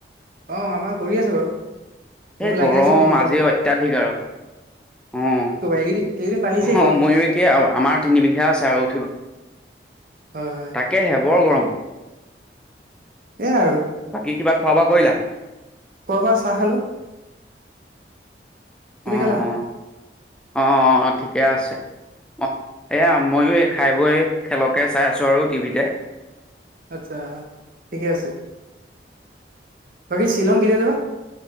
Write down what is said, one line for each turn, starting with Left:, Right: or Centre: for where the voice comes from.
Right: অ', আমাৰ কৰি আছে বাৰু। ময়ো
Centre: এই
Right: লাগি
Centre: গৰম
Right: আছো খেতিত
Centre: আজি
Right: অলপ
Centre: অত্যাধিক আৰু। অ',
Right: এইকেইদিন এইকেইদিন বাঢ়িছেই
Centre: অ,
Right: গৰমটো
Centre: ময়ো একে আমাৰ তিনিবিঘা আছে আৰু উঠিব। <inaudible>
Right: হয়, হয়,
Centre: তাকে হে বৰ গৰম।
Right: সেয়াই আৰু
Centre: বাকি কিবা খোৱা বোৱা কৰিলা?
Right: খোৱা বোৱা চাহ খালোঁ। তুমি
Centre: অ',
Right: খালা?
Centre: অ', অ', অ', ঠিকে আছে। অ', এয়া ময়ো এই খাই বৈ খেলকে চাই আছো আৰু টিভিতে।
Right: আচ্ছা ঠিকে আছে। বাকী শিলং কেতিয়া যাবা?